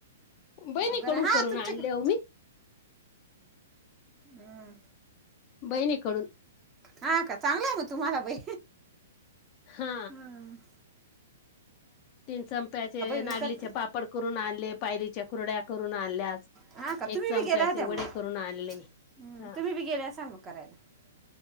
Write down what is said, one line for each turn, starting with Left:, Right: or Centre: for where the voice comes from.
Left: बहिणीकडून
Right: बरं हा
Left: करून
Right: तुमची
Left: आणले
Right: बी
Left: हो मी
Right: हम्.
Left: बहिणीकडून.
Right: हा का, चांगलं आहे मग तुम्हाला बाई.
Left: हा
Right: हा.
Left: तीन चंप्याचे
Right: विकत
Left: नागलीचे पापड करून आणले, पायलीच्या कुरड्या करून आणल्या.
Right: हा का
Left: एक
Right: तुम्ही
Left: चमप्याचे
Right: बी गेल्या होत्या मग
Left: वडे करून आणले.
Right: हं,
Left: हा!
Right: तुम्ही बी गेले असाल मग करायला